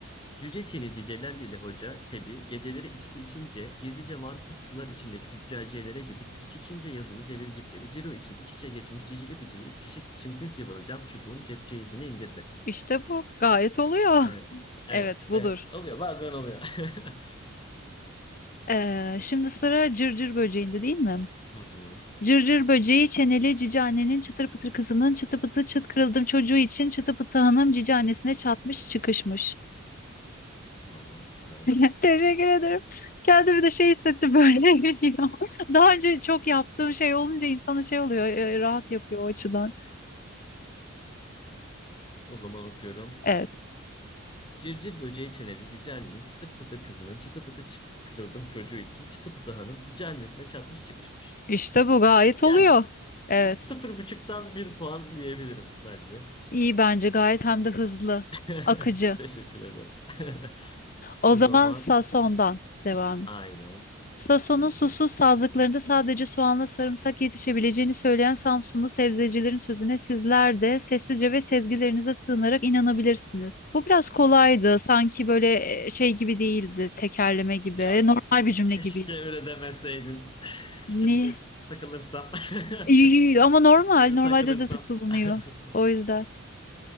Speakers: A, on the left (about 25°); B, on the left (about 40°).
A: Cüce Çinici Celallili Hoca Çebi geceleri içki içince gizlice marputçular içindeki züccaciyelere gidip iç içince yazılı cevizcikleri ciro için iç içe geçmiş cicili bicili üç çeşit biçimsiz cıvalı cam çubuğun cepçe izini indirdi.
B: İşte bu. Gayet oluyor.
A: Evet. Evet.
B: Evet, budur.
A: Evet. Oluyor. Bazen oluyor. <laughs>
B: Ee, şimdi sıra cırcır böceğinde değil mi?
A: Hı hı.
B: Cırcır böceği çeneli cici annenin çıtır pıtır kızının çıtı pıtı çıt kırıldım çocuğu için çıtı pıtı hanım cici annesine çatmış çıkışmış.
A: Vallahi süperdi.
B: <laughs>
A: <laughs>
B: Teşekkür ederim. Kendimi de şey hissettim böyle <laughs> geliyor. Daha önce çok yaptığım şey olunca insanın şey oluyor e, rahat yapıyor o açıdan.
A: O zaman okuyorum.
B: Evet.
A: Cırcır böceği çeneli cici annenin çıtır pıtır kızının çıtı pıtı çık- kırıldım çocuğu için çıtı pıtı hanım cici annesine çatmış çıkışmış.
B: İşte bu gayet
A: Yani
B: oluyor.
A: s-
B: Evet.
A: sıfır buçuktan bir puan diyebilirim bence.
B: İyi bence gayet hem de hızlı,
A: <laughs>
B: akıcı.
A: Teşekkür ederim. <laughs>
B: O
A: O
B: zaman
A: zaman
B: Sason'dan devam.
A: aynen
B: Sason'un
A: buyurunuz.
B: susuz sazlıklarında sadece soğanla sarımsak yetişebileceğini söyleyen Samsunlu sebzecilerin sözüne sizler de sessizce ve sezgilerinize sığınarak inanabilirsiniz. Bu biraz kolaydı. Sanki böyle e, şey gibi değildi, tekerleme gibi.
A: Ya
B: Normal bir cümle
A: keşke
B: gibiydi.
A: öyle demeseydin. <sighs> Şimdi
B: Ne?
A: takılırsam. <laughs>
B: Yü- yü- Ama normal,
A: Şimdi
B: normalde
A: takılırsam.
B: de takılınıyor.
A: <laughs>
B: O yüzden